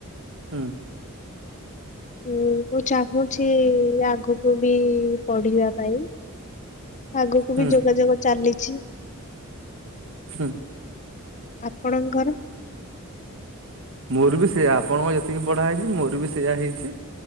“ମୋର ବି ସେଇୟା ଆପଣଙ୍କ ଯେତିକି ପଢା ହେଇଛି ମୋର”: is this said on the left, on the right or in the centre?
Right